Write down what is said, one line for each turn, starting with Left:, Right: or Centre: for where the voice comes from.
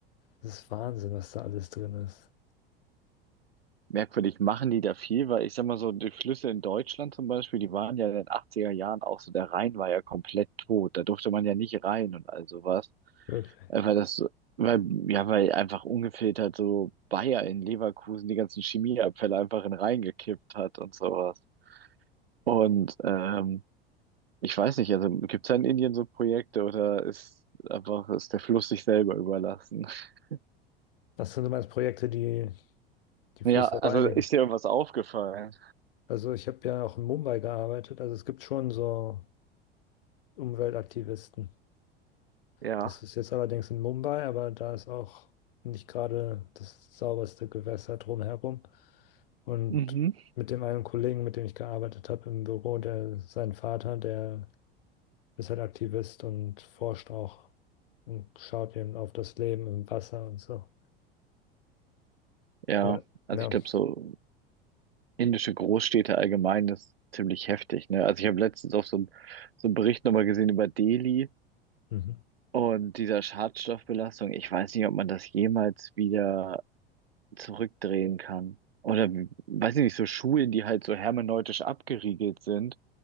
Left: Das ist Wahnsinn, was da alles drin ist.
Right: Merkwürdig, machen die da viel, weil ich sag mal so, die Flüsse in Deutschland zum Beispiel, die waren ja in den achtziger Jahren auch so, der Rhein war ja komplett tot, da durfte man ja nicht rein und all sowas.
Left: Wirklich.
Right: Äh, Weil das, so- weil, ja, weil einfach ungefiltert so Bayer in Leverkusen die ganzen Chemieabfälle einfach in den Rhein gekippt hat und sowas. Und ähm, ich weiß nicht, also gibt es da in Indien so Projekte oder ist einfach, ist der Fluss sich selber überlassen? <laughs>
Left: Das sind so meine Projekte, die die
Right: Ja,
Left: Flüsse
Right: also
Left: reinigen.
Right: ist dir irgendwas aufgefallen?
Left: Also ich habe ja auch in Mumbai gearbeitet, also es gibt schon so Umweltaktivisten.
Right: Ja.
Left: Das ist jetzt allerdings in Mumbai, aber da ist auch nicht gerade das sauberste Gewässer drumherum. Und
Right: Mhm.
Left: mit dem einen Kollegen, mit dem ich gearbeitet habe im Büro, der sein Vater, der ist halt Aktivist und forscht auch und schaut eben auf das Leben im Wasser und so.
Right: Ja,
Left: Aber
Right: also
Left: ja,
Right: ich glaube, so indische Großstädte allgemein ist ziemlich heftig, ne? Also ich habe letztens auch so, ein, so einen Bericht nochmal gesehen über Delhi
Left: mhm.
Right: und dieser Schadstoffbelastung. Ich weiß nicht, ob man das jemals wieder zurückdrehen kann. Oder weiß ich nicht, so Schulen, die halt so hermeneutisch abgeriegelt sind